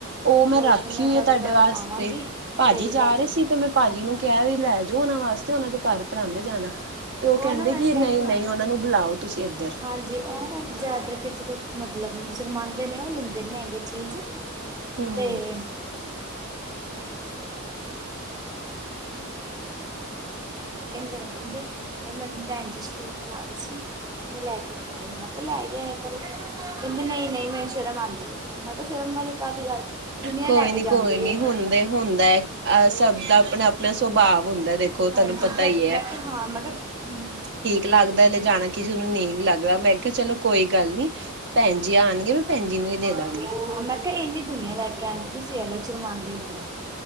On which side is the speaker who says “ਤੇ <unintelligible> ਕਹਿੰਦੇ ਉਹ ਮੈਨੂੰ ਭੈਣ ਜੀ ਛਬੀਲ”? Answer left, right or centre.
Right